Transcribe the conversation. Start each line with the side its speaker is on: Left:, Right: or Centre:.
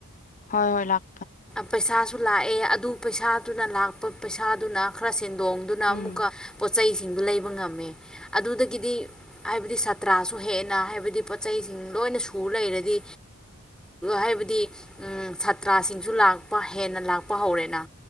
Left: ꯍꯣꯏ ꯍꯣꯏ ꯂꯥꯛ
Centre: ꯄꯩꯁꯥꯁꯨ ꯂꯥꯛꯑꯦ ꯑꯗꯨ ꯄꯩꯁꯥꯗꯨꯅ ꯂꯥꯛꯄ ꯄꯩꯁꯥꯗꯨꯅ ꯈꯔ ꯁꯦꯟꯗꯣꯡꯗꯨꯅ
Left: ꯎꯝ
Centre: ꯑꯃꯨꯛꯀ ꯄꯣꯠꯆꯩ ꯁꯤꯡ ꯂꯩꯕ ꯉꯝꯃꯦ ꯑꯗꯨꯗꯒꯤꯗꯤ ꯍꯥꯏꯕꯗꯤ ꯁꯥꯇ꯭ꯔꯁꯨ ꯍꯦꯟꯅ ꯍꯥꯏꯕꯗꯤ ꯄꯣꯠ ꯆꯩꯁꯤꯡ ꯂ ꯂꯣꯏꯅ ꯁ ꯂꯩꯔꯗꯤ ꯍꯥꯏꯕꯗꯤ ꯁꯥꯇ ꯂꯥꯛꯄ ꯍꯦꯟꯅ ꯂꯥꯛꯄ ꯍꯧꯔꯦꯅ